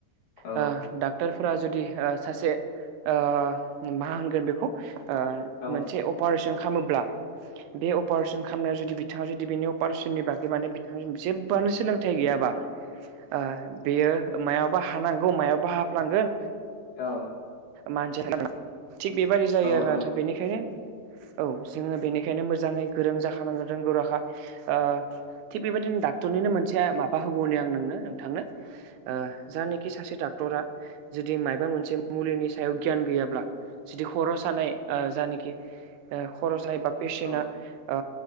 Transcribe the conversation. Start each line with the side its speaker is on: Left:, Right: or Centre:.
Left: औ
Right: ओ डाक्टरफोरा जुदि सासे ओ मा होनगोन बेखौ ओ
Left: औ नंगौ औ
Right: मोनसे अपारेशन खालामोब्ला बे अपारेशन खालामनाया जुदि बिथाङा जुदि बेनि अपारेसननि बागै माने बिथां जेबोनो सोलोंथाइ गैयाबा ओ बेयो मायाबा हानांगौ मायाबा हाफ्लांगोन
Left: औ
Right: मानसि थिग बेबादि जायो
Left: औ
Right: आरो ना नोंथां बेनिखायनो औ जोङो बेनिखायनो मोजाङै गोरों जाखानांगोन रोंगौ राखा थिग बेबायदिनो डक्टरनिनो मोनसे माबा होबावनि आं नोंनो नोंथांनो जानखि सासे डक्टरा जुदि माबा मोनसे मुलिनि सायाव गियान गैयाब्ला जुदि खर सानाय जायानखि खर सानाय ब पेसेन्टआ
Left: औ